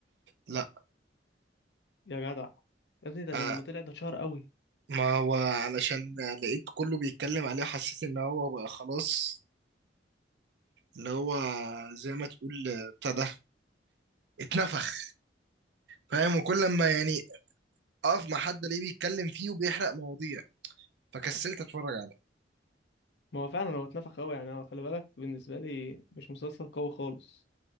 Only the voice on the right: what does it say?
لا
آه
ما هو علشان لقيت كله بيتكلم عليه حسيت ان هو بقى خلاص اللي هو زي ما تقول آه، بتاع ده اتنفخ فاهم وكل لما يعني اقف مع حد ليه بيتكلم فيه وبيحرق مواضيع فكسلت اتفرج عليه